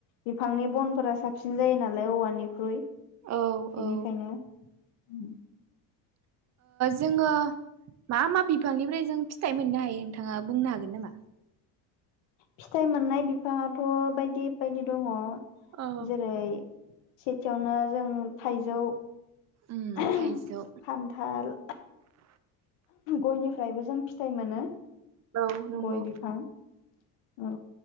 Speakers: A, on the left; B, on the right.
A: बिफांनि बनफोरा साबसिन जायो नालाय औवानिख्रुइ बेनिखायनो
B: औ औ
A: उम
B: जोङो मा मा बिफांनिफ्राय जों फिथाइ मोननो हायो नोंथाङा बुंनो हागोन नामा?
A: फिथाइ मोननाय बिफाङाथ' बायदि बायदि दङ।
B: औ
A: जेरै सेथियावनो जों थाइजौ
B: उम
A: खान्थाल
B: थाइजौ
A: गयनिफ्रायबो जों। फिथाइ मोनो
B: औ नंगौ।
A: गय बिफां औ